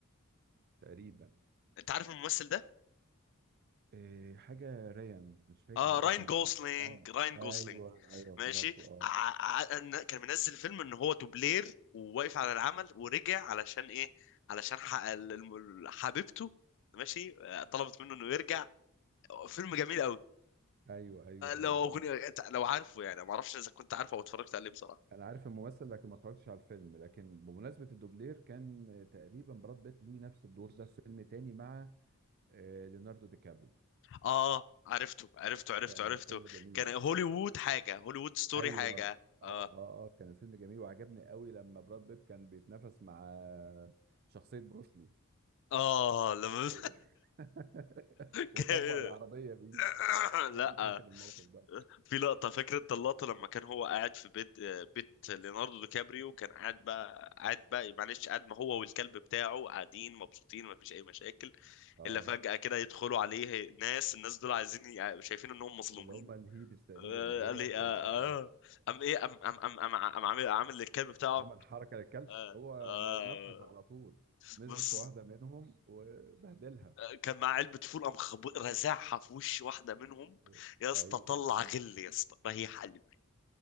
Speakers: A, on the right; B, on the left.
A: تقريبا
B: انت عارف الممثل ده
A: إيه حاجة ريان مش فاكر
B: اه
A: الاسم
B: راين جوسلينج
A: بالظبط اه
B: راين جوسلينج
A: ايوه ايوه افتكرته
B: ماشي
A: اه
B: ع- ع- إن- كان منزل فيلم ان هو دوبلير وواقف على العمل ورجع علشان ايه علشان ح- ال- الم- حبيبته ماشي آه، طلبت منه انه يرجع فيلم جميل قوي
A: ايوه ايوه ايوه
B: لو اغنيه
A: أيوة.
B: أنت- لو عارفه يعني ما اعرفش اذا كنت عارفه او اتفرجت عليه بصراحه
A: انا عارف الممثل لكن ما اتفرجتش على الفيلم لكن بمناسبة الدوبلير كان تقريبا براد بيت ليه نفس الدور ده في فيلم تاني مع آه، ليوناردو دي كابري
B: اه عرفته عرفته عرفته
A: كان
B: عرفته
A: فيلم جميل
B: كان هوليوود حاجه هوليوود ستوري
A: ايوه
B: حاجه
A: اه
B: اه
A: اه اه كان فيلم جميل وعجبني قوي لما براد بيت كان بيتنافس مع شخصية بروسلي
B: اه لما <laughs>
A: أوه. <laughs> وطبق
B: كان-
A: العربية بيه
B: <coughs>
A: لو انت
B: لا
A: فاكر الموقف ده
B: في لقطة فاكر انت اللقطة لما كان هو قاعد في بيت آه، بيت ليوناردو دي كابريو كان قاعد بقى قاعد بقى معلش قاعد ما هو والكلب بتاعه قاعدين مبسوطين ما فيش اي مشاكل
A: اه
B: الا فجأة كده يدخلوا عليه ناس الناس دول عايزين ي- شايفين انهم مظلومين
A: اللي هم الهيبس تقريبا
B: آه،
A: دول
B: قال لي
A: كانوا
B: اه
A: اه
B: اه قام ايه قام قام قام قام قام عامل عامل للكلب بتاعه
A: عمل حركة للكلب
B: اه
A: هو
B: اه
A: ما- نفذ على طول مسك
B: بص
A: في واحدة منهم وبهدلها
B: آه، كان معاه علبة فول قام خبو- رزعها في وش واحدة منهم
A: و-
B: يا اسطى
A: ايوه
B: طلع
A: ايوه
B: غل يا اسطى ريح قلبي